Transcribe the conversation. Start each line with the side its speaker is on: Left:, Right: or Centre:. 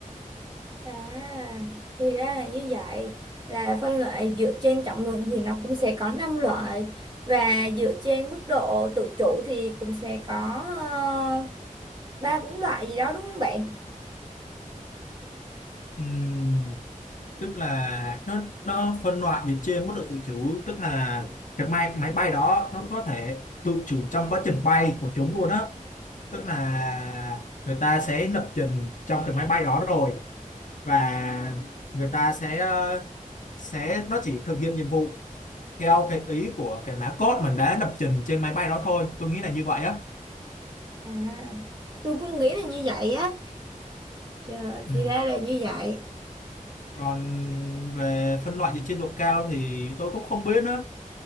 Right: À, thì ra là như vậy là phân loại dựa trên trọng lượng thì nó cũng sẽ có 5 loại và dựa trên mức độ tự chủ thì cũng sẽ có ờ, ba bốn loại gì đó đúng không bạn?
Left: Ừm, tức là nó nó phân loại dựa trên mức độ tự chủ tức là cái máy máy bay đó nó có thể tự chủ trong quá trình bay của chúng luôn á tức là người ta sẽ lập trình trong cái máy bay đó rồi và người ta sẽ ờ, sẽ nó chỉ thực hiện nhiệm vụ theo cái ý của cái mã code mình đã lập trình trên máy bay đó thôi tôi nghĩ là như vậy á
Right: À, tôi cũng nghĩ là như vậy á. Trời,
Left: ừ.
Right: thì ra là như vậy.
Left: còn về phân loại về trên độ cao thì tôi cũng không biết nữa